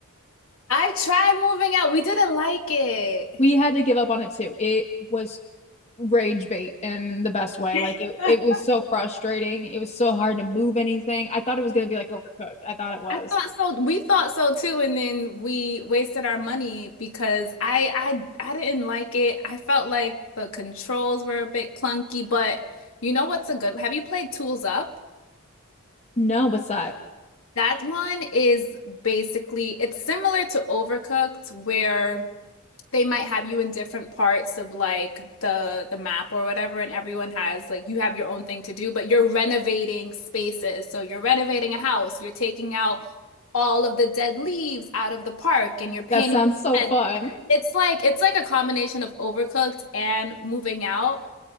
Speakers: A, on the left; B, on the left.
A: i tried moving out. We didn't like it.
B: we had to give up on it too. It was rage bait in the best way. Like
A: <laughs>
B: it, it was so frustrating. It was so hard to move anything. I thought it was gonna be like overcooked. I thought it was.
A: I thought so. We thought so too, and then we wasted our money because I I I didn't like it. I felt like the controls were a bit clunky, but you know what's a good? Have you played Tools Up?
B: No, what's that?
A: That one is basically it's similar to Overcooked where they might have you in different parts of like the the map or whatever, and everyone has like you have your own thing to do, but you're renovating spaces. So you're renovating a house, you're taking out all of the dead leaves out of the park and you're painting.
B: That sounds so fun. <laughs>
A: It's like it's like a combination of Overcooked and Moving Out.